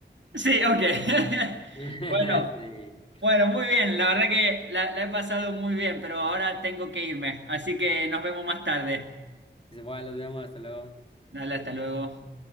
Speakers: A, on the right; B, on the left.
A: Sí, ok. <laughs>
B: <laughs>
A: Bueno,
B: Sí.
A: bueno, muy bien. La verdad que la, la he pasado muy bien, pero ahora tengo que irme. Así que nos vemos más tarde.
B: Dice, Bueno, los vemos, hasta luego.
A: Dale, hasta luego.